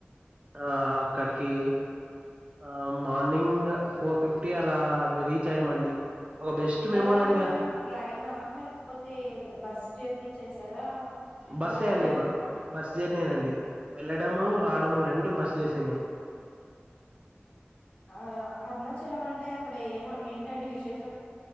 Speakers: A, on the right; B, on the left.
A: ఆ అక్కడికి ఆ మార్నింగ్ ఫోర్ ఫిఫ్టీ అలా రీచ్ అయ్యామండి ఒక బెస్ట్ మెమోరీ
B: ఎలా
A: అండి
B: వెళ్లారు ట్రైనా లేకపోతే బస్ జర్నీ చేసారా
A: బస్సే
B: ఎలా వెళ్లారు
A: అండి బ బస్సు జర్నీనండి వెళ్లడము రావడము రెండు బస్ జర్నీనే
B: ఆ అరుణాచలం అంటే అక్కడ ఏమ ఏంటండి విశేషం